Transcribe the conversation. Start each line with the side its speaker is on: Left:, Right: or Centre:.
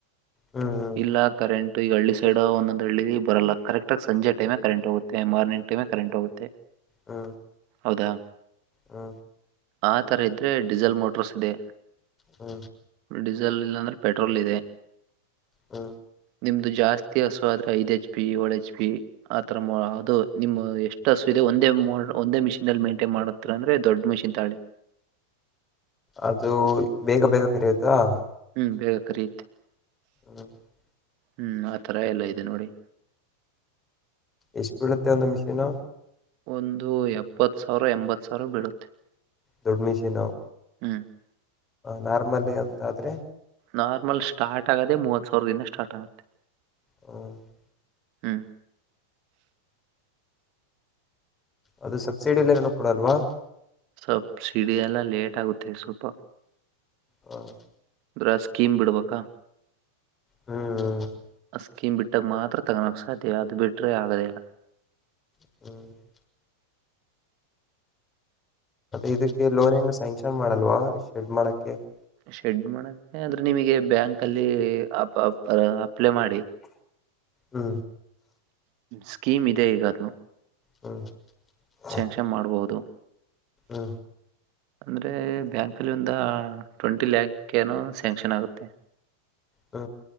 Left: ಹ್ಮ್ ಹ್ಮ್
Right: ಇಲ್ಲಾ <inaudible> ಕರೆಂಟ್ ಈಗ ಹಳ್ಳಿ ಸೈಡ್ ಒಂದೊಂದು ಹಳ್ಳಿ ಬರಲ್ಲ ಕರೆಕ್ಟಾಗಿ ಸಂಜೆ ಟೈಮೆ ಕರೆಂಟ್ ಹೋಗುತ್ತೆ ಮಾರ್ನಿಂಗ್ ಟೈಮೆ ಅಲ್ಲಿ ಕರೆಂಟ್ ಹೋಗುತ್ತೆ.
Left: ಹು
Right: ಹೌದಾ?
Left: ಹು
Right: ಆತರ ಇದ್ರೆ ಡೀಸೆಲ್ ಮೋಟ್ರರ್ಸ್ ಇದೆ.
Left: ಹು
Right: ಡೀಸೆಲ್ ಇಲ್ಲ ಅಂದ್ರೆ ಪೆಟ್ರೋಲ್ ಇದೆ.
Left: ಹು
Right: ನಿಮ್ದು ಜಾಸ್ತಿ ಹಸುವಾದರೇ ಐದ ಹೆಚ್ ಪಿ ಏಳು ಹೆಚ್ ಪಿ ಆತರ ಅದು ನಿಮ್ಮ ಎಷ್ಟು ಹಸು ಇದೆ ಒಂದೇ ಮೋಡ ಒಂದೇ ಮಿಷಿನ್ ಅಲ್ಲಿ ಮೈಂಟೈನ್ ಮಾಡುತ್ ಇಲ್ಲ ಅಂದ್ರೆ ದೊಡ್ಡ ಮಿಷಿನ್ ತೋಯೋಳಿ.
Left: ಅದು ಬೇಗ ಬೇಗ ಕರೆಯತತ್ತಾ, <inaudible>
Right: ಹು ಬೇಗ ಕರಿಯುತ್ತೆ.
Left: <inaudible>
Right: ಹು ಆತರ ಎಲ್ಲಾ ಇದೆ ನೋಡಿ.
Left: ಇಷ್ಟ ಬೀಳುತ್ತೆ ಒಂದು ಮಿಷೀನು?
Right: ಒಂದು ಎಪ್ಪತ್ತ ಸಾವಿರ ಎಂಬತ್ತ ಸಾವಿರ ಬೀಳುತ್ತೆ.
Left: ದೊಡ್ಡ ಮೀಸಿ ನಾವ?
Right: <inaudible>
Left: ನಾರ್ಮಲ್ ಏ ಅಂತಾದರೆ?
Right: ನಾರ್ಮಲ್ ಸ್ಟಾರ್ಟ್ ಆಗೋದೆ ಮೂವತ್ತ ಸಾವಿರದಿಂದ ಸ್ಟಾರ್ಟ ಆಗುತ್ತೆ.
Left: ಹು <unintelligible>
Right: ಹ <unintelligible>
Left: ಅದು ಸಬ್ಸಿಡಿ ಅಲ್ಲಿ ಏನು ಕೊೂಡಲ್ವಾ? <inaudible>
Right: ಸಬಸಿಡಿ ಎಲ್ಲಾ ಲೇಟ್ ಆಗುತ್ತೆ ಸ್ವಲ್ಪ.
Left: ಹೌದ <unintelligible>
Right: ಅಂದರ ಸ್ಕೀಮ್ ಬಿಡ್ಬೇಕಾ?
Left: ಹ <unintelligible>
Right: ಆ ಸ್ಕೀಮ್ ಬಿಟ್ಟಾಗ ಮಾತ್ರ ತಗೊನಕೆ ಸಾಧ್ಯ ಅದು ಬಿಟರೆೆ ಆಗದೇ ಇಲ್ಲ. <inaudible>
Left: <inaudible> ಇದಕ್ಕೆ ಲೋಡಿಂಗ ಸ್ಯಾಂಕ್ಷನ್ ಮಾಡಲ್ವಾ ಶೆಡ್ ಮಾಡಕ್ಕೆ. <inaudible>
Right: ಶೆಡ್ ಮಾಡಕ್ಕೆ ಆದರೆ ನಿಮಗೆ ಬ್ಯಾಂಕಲ್ಲಿ ಅ ಅಪರ್ ಅಪ್ಲೈ ಮಾಡಿ.
Left: ಹು
Right: ಸ್ಕೀಮ್ ಇದೆ ಈಗ ಅದು?
Left: ಹೌದು.
Right: ಸ್ಯಾಂಕ್ಷನ್ ಮಾಡಬಹುದು.
Left: ಹು
Right: ಅಂದ್ರೆ ಬ್ಯಾಂಕ್ ಅಲ್ಲಿ ಒಂದ ಆ ಟ್ವೆಂಟಿ ಲ್ಯಾಕ್ ಏನು ಸ್ಯಾಂಕ್ಷನ್ ಆಗುತ್ತೆ.
Left: ಹೂ